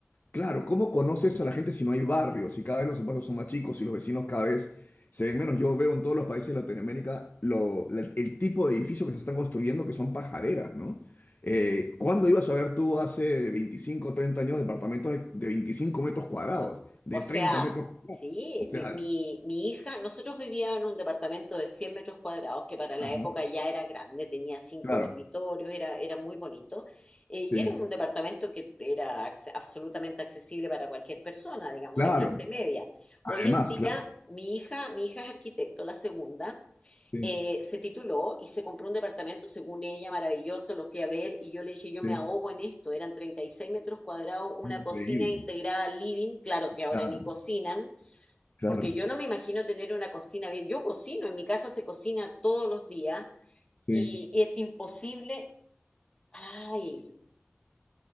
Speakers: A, on the left (about 45°); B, on the left (about 25°).
A: Claro, ¿cómo conoces a la gente si no hay barrios? Si cada vez los espacios son más chicos y los vecinos cada vez se ven menos. Yo veo en todos los países de Latinoamérica lo- la- el tipo de edificios que se están construyendo que son pajareras, ¿no? Eh, ¿cuándo ibas a ver tú hace 25, o 30 años departamentos de, de 25 metros cuadrados, de
B: O sea,
A: treinta metros cuadrados?
B: sí,
A: O sea,
B: mi, mi- mi hija, nosotros vivíamos en un departamento de 100 metros cuadrados, que para la
A: ajá,
B: época ya era grande, tenía cinco
A: claro,
B: dormitorios, era, era muy bonito, eh, y
A: sí,
B: era un departamento que era acce- absolutamente accesible para cualquier persona, digamos,
A: claro.
B: de clase media.
A: Además,
B: Hoy en día,
A: claro,
B: mi hija, mi hija es arquitecto, la segunda
A: sí,
B: eh, se tituló y se compró un departamento, según ella, maravilloso, lo fui a ver y yo le dije, yo
A: sí.
B: me ahogo en esto, eran 36 metros cuadrados, una
A: Increíble.
B: cocina integrada al living, claro, si ahora
A: Claro,
B: ni cocinan,
A: claro,
B: porque yo no me imagino tener una cocina bien, yo cocino, en mi casa se cocina todos los días
A: sí.
B: y, y es imposible, ay,